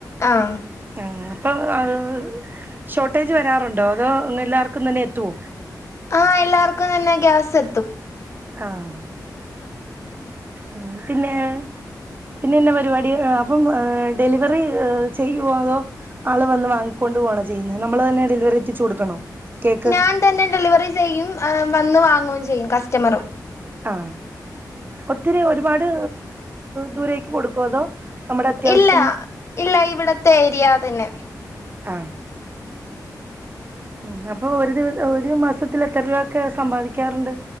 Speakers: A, on the left; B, on the right.
A: ആഹ്.
B: <unintelligible> ഷോട്ടേജ് വരാറുണ്ടോ അതോ എല്ലാവർക്കും തന്നെ എത്ത്യോ?
A: ആ എല്ലാവർക്കും തന്നെ ഗ്യാസ് എത്തും.
B: ആഹ്. മ് പിന്നെ? പിന്നെന്ന പരിവാടി അപ്പം ഡെലിവറി ചെയ്യോ അതോ? ആള് വന്ന് വാങ്ങിക്കൊണ്ട് പോണാ ചെയ്യുന്നത് നമ്മള് തന്നെ ഡെലിവറി എത്തിച്ച് കൊടുക്കണോ? കേക്ക്
A: ഞാൻ തന്നെ ഡെലിവറി ചെയ്യും വന്ന് വാങ്ങും ചെയ്യും കസ്റ്റമറും.
B: ആ ഒത്തിരി ഒരുപാട് ദൂരേക്ക് കൊടുക്കുവോ അതോ നമ്മുടെ അത്യാവശ്യം
A: ഇല്ല ഇല്ല ഇവിടത്തെ ഏരിയ തന്നെ.
B: ആഹ്. ഉം അപ്പൊ ഒരു ദിവ ഒരു മാസത്തിൽ എത്ര രൂപ ഒക്കെ സമ്പാദിക്കാറ്ണ്ട്